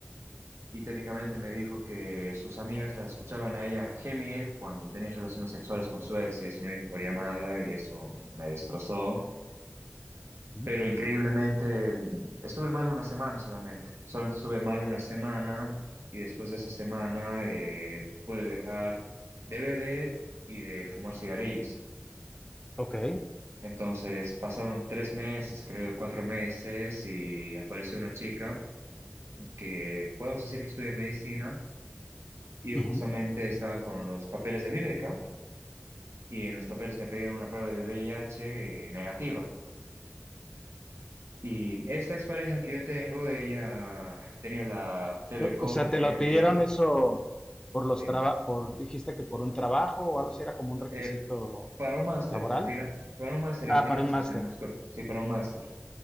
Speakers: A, on the right; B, on the left.
A: y técnicamente me dijo que sus amigas la escuchaban a ella gemir cuando tenía relaciones sexuales con su ex, y eso me dijo por llamada y eso me destrozó,
B: Ujú,
A: pero increíblemente mm, estuve mal una semana solamente, solamente estuve mal una semana y después de esa semana eh, pude dejar de beber y de fumar cigarrillos.
B: Ok.
A: Entonces pasaron tres meses, creo, cuatro meses, y apareció una chica que podemos decir que estudia medicina, y yo
B: ujú.
A: justamente estaba con los papeles de mi beca, y en los papeles me pedían una prueba de VIH negativa. Y esta expareja que yo tengo, ella tenía la TV
B: O,
A: Cobra,
B: o sea,
A: tenía
B: te lo
A: el
B: pidieron
A: DIU,
B: eso por los
A: sí,
B: trabajos,
A: me-
B: por, dijiste que por un trabajo o algo así era como un requisito
A: eh, para un máster
B: laboral.
A: en fina- para un máster
B: Ah,
A: en finanzas
B: para un máster.
A: en Moscú, sí, para un máster.